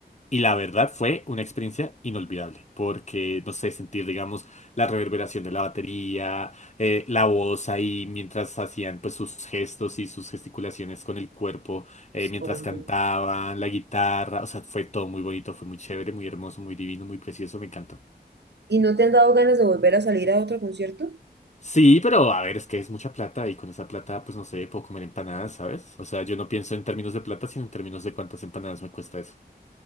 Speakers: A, on the left; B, on the right.
A: Y la verdad fue una experiencia inolvidable, porque, no sé, sentir, digamos, la reverberación de la batería, eh, la voz ahí mientras hacían pues sus gestos y sus gesticulaciones con el cuerpo, eh, mientras
B: Obvio.
A: cantaban, la guitarra, o sea, fue todo muy bonito, fue muy chévere, muy hermoso, muy divino, muy precioso, me encantó.
B: ¿Y no te han dado ganas de volver a salir a otro concierto?
A: Sí, pero a ver, es que es mucha plata y con esa plata, pues no sé, puedo comer empanadas, ¿sabes? O sea, yo no pienso en términos de plata, sino en términos de cuántas empanadas me cuesta eso.